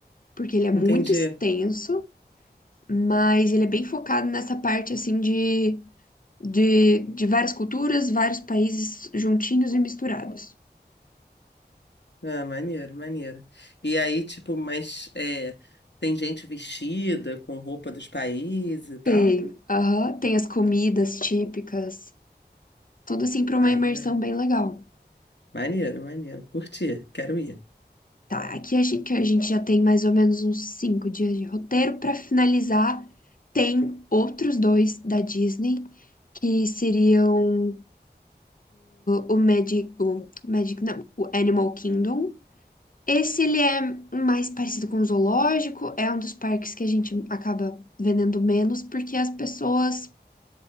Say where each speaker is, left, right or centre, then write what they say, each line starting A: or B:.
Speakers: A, on the left; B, on the left.
A: porque ele é muito
B: entendi.
A: extenso, mas ele é bem focado nessa parte assim de, de, de várias culturas, vários países juntinhos e misturados.
B: Ah, maneiro, maneiro. E aí, tipo, mas é, tem gente vestida com roupa dos países e tal?
A: Tem, aham, tem as comidas típicas, tudo assim para uma
B: Maneiro,
A: imersão bem legal.
B: maneiro, maneiro. Curti, quero ir.
A: Tá, aqui a gente, que a gente já tem mais ou menos uns cinco dias de roteiro. Para finalizar, tem outros dois da Disney, que seriam o, o Magic, o Magic, não, o Animal Kingdom. Esse ele é mais parecido com o zoológico, é um dos parques que a gente acaba vendendo menos, porque as pessoas